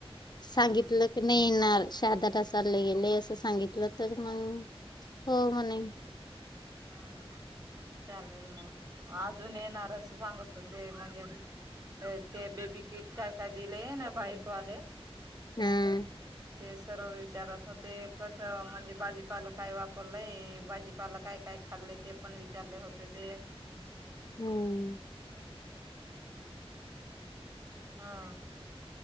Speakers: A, on the left (about 45°); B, on the right (about 35°).
A: सांगितलं
B: हम्म
A: की नाही येणार शहादा चालले गेले असं सांगितलं, तर मग हो म्हणे.
B: हम्मं चालेल मग, अजून येणार अस सांगत होते म्हणजे ते ते बेबी किट काय-काय दिलय ना, बाईपवाले
A: हम्म
B: ते सर्व विचारत होते कस म्हणजे भाजीपाला काय वाप पलय भाजीपाला काय-काय खाल्लय ते पण विचारले होते ते.
A: हम्म.
B: हा